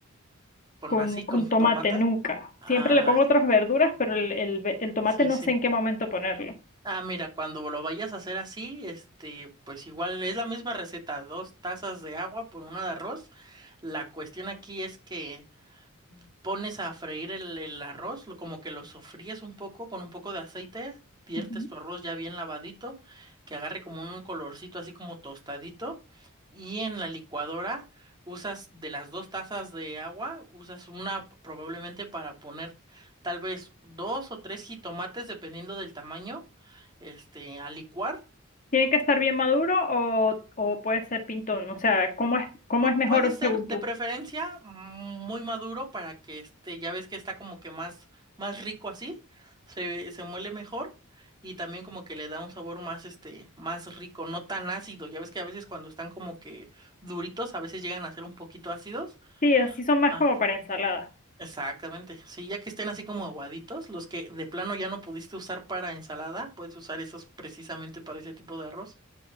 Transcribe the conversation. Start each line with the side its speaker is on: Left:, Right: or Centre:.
Right: Con
Left: con,
Right: así,
Left: con
Right: con
Left: tomate,
Right: tomate.
Left: nunca.
Right: Ah,
Left: Siempre le pongo otras verduras, pero el, el ve- el tomate
Right: sí,
Left: no
Right: sí.
Left: sé en qué momento ponerlo.
Right: Ah, mira, cuando lo vayas a hacer así, este, pues igual es la misma receta, dos tazas de agua por una de arroz. La cuestión aquí es que pones a freír el, el arroz, lo- como que lo sofríes un poco con un poco de aceite, viertes
Left: Ujú.
Right: tu arroz ya bien lavadito, que agarre como un colorcito así como tostadito, y en la licuadora usas de las dos tazas de agua, usas una probablemente para poner tal vez dos o tres jitomates, dependiendo del tamaño, este, a licuar.
Left: ¿Tiene que estar bien maduro o, o puede ser pintón? O sea, ¿cómo es, cómo
Right: Pu-
Left: es mejor
Right: Puede ser
Left: según
Right: de
Left: tú?
Right: preferencia mm, muy maduro para que este, ya ves que está como que más, más rico así, se, se muele mejor y también como que le da un sabor más, este, más rico, no tan ácido. Ya ves que a veces cuando están como que duritos, a veces llegan a ser un poquito ácidos.
Left: Sí, así son más
Right: Ajá,
Left: como para ensalada.
Right: exactamente. Sí, ya que estén así como aguaditos, los que de plano ya no pudiste usar para ensalada, puedes usar esos precisamente para ese tipo de arroz.